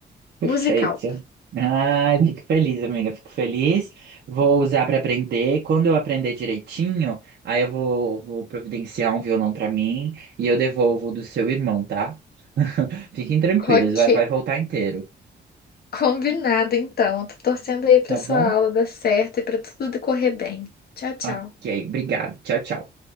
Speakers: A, on the right; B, on the left.
A: Perfeito.
B: musical.
A: Ai, fico feliz, amiga, fico feliz. Vou usar para aprender. Quando eu aprender direitinho, aí eu vou, vou providenciar um violão para mim e eu devolvo o do seu irmão, tá? Fiquem tranquilos,
B: Ok.
A: vai, vai voltar inteiro,
B: Combinado, então. Tô torcendo aí pra
A: tá
B: sua
A: bom?
B: aula dar certo e pra tudo decorrer bem. Tchau, tchau.
A: Ok, obrigado. Tchau, tchau.